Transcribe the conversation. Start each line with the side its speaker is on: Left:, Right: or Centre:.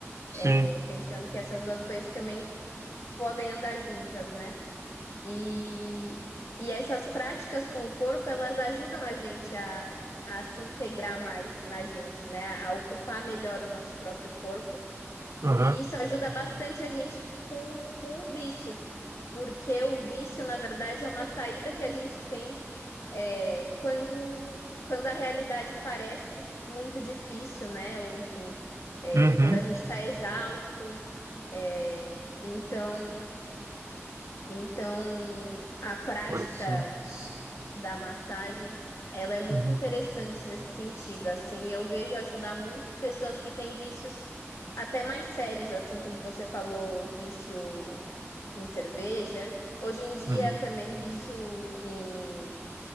Right: Sim.
Left: É, pensando que essas duas coisas também podem andar juntas, né? E, e essas práticas com o corpo, elas ajudam a gente a, a se integrar mais na gente, né? A ocupar melhor o nosso próprio corpo.
Right: Aham.
Left: E isso ajuda bastante a gente com, com o vício. Porque o vício, na verdade, é uma saída que a gente tem é, quando, quando a realidade parece muito difícil, né? Ou enfim, é,
Right: Uhum.
Left: quando a gente está exausto. é, então, então, a prática
Right: Pode ser.
Left: da massagem, ela é muito
Right: Uhum.
Left: interessante nesse sentido, assim, eu vejo ajudar muito pessoas que têm vícios até mais sérios, assim como você falou, vício em cerveja, hoje em dia
Right: Uhum.
Left: também Uhum. vício em,